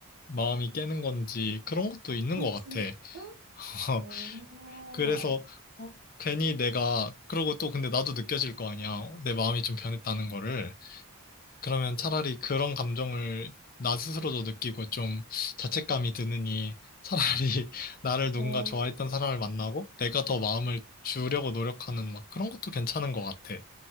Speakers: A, on the left; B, on the right.
A: 마음이 깨는 건지 그런 것도 있는
B: 아,
A: 것 같아.
B: 진짜?
A: <laughs>
B: 아, 어,
A: 그래서 어, 괜히 내가 그러고 또 근데 나도 느껴질 거 아니야. 내 마음이 좀 변했다는 거를. 그러면 차라리 그런 감정을 나 스스로도 느끼고 좀 자책감이 드느니 차라리 <laughs> 나를 누군가
B: 어,
A: 좋아했던 사람을 만나고 내가 더 마음을 주려고 노력하는 막 그런 것도 괜찮은 것 같아.